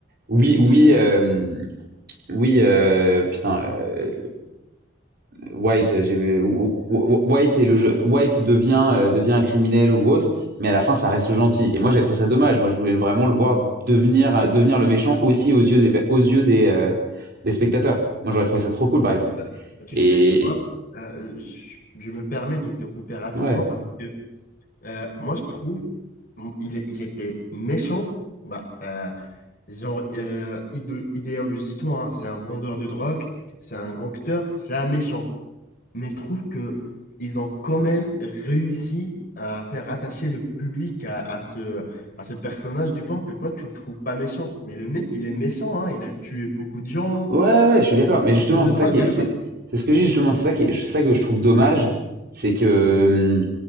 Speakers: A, on the right (about 55°); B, on the left (about 50°).
A: oui, oui, euh, oui, euh, putain, euh, White, euh, j'ai- White est le jeu, White devient euh, devient un criminel ou autre, mais à la fin ça reste le gentil. Et moi j'ai trouvé ça dommage. Moi je voulais vraiment le voir devenir euh, devenir le méchant aussi aux yeux des aux yeux des euh, des spectateurs. Moi j'aurais trouvé ça trop cool par exemple.
B: Euh, Tu
A: Et
B: sais, tu vois, euh, je, je me permets de te couper rapidement
A: ouais,
B: parce que euh, moi, je trouve m- il, est- il était méchant, bah, euh, genre, euh, idé- idéologiquement, hein, c'est un vendeur de drogue, c'est un gangster, c'est un méchant. mais je trouve que ils ont quand même réussi à faire attacher le public à, à ce, à ce personnage Dupin que toi, tu le trouves pas méchant. Mais le mec, il est méchant, hein, il a tué beaucoup de gens.
A: ouais ouais, je suis d'accord.
B: Un
A: Mais
B: vendeur
A: justement
B: de
A: c'est
B: drogue
A: ça qui est-
B: à la
A: c'est
B: base.
A: c'est ce que je justement c'est ça qui est, c'est ça que je trouve dommage, c'est que